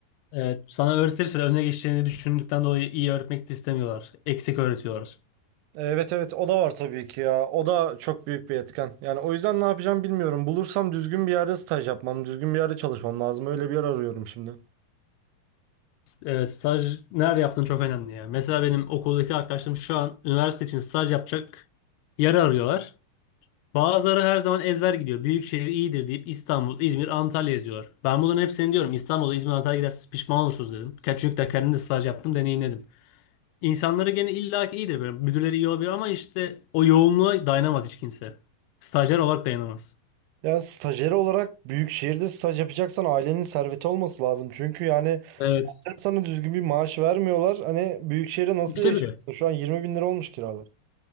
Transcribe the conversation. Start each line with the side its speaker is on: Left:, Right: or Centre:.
Left: evet. Sana öğretirse de önüne geçeceğini düşündükten dolayı iyi öğretmek de istemiyorlar. Eksik öğretiyorlar.
Right: Evet evet o da var tabii ki ya. O da çok büyük bir etken. Yani o yüzden ne yapacağım bilmiyorum. Bulursam düzgün bir yerde staj yapmam, düzgün bir yerde çalışmam lazım. Öyle bir yer arıyorum şimdi.
Left: Evet, staj nerede yaptığın çok önemli ya. Mesela benim okuldaki arkadaşlarım şu an üniversite için staj yapacak yer arıyorlar. Bazıları her zaman ezber gidiyor. Büyük şehir iyidir deyip İstanbul, İzmir, Antalya yazıyorlar. Ben bunların hepsini diyorum. İstanbul'a, İzmir, Antalya'ya giderseniz pişman olursunuz dedim. Ka- Çünkü de kendim de staj yaptım, deneyimledim. İnsanları gene illaki iyidir böyle. Müdürleri iyi olabilir ama işte o yoğunluğa dayanamaz hiç kimse. Stajyer olarak dayanamaz.
Right: Ya stajyer olarak büyük şehirde staj yapacaksan ailenin serveti olması lazım. Çünkü yani
Left: Evet.
Right: Sen sana düzgün bir maaş vermiyorlar. Hani büyük şehirde nasıl
Left: Üçte
Right: yaşarsın?
Left: biri.
Right: Şu an 20 bin lira olmuş kiralar.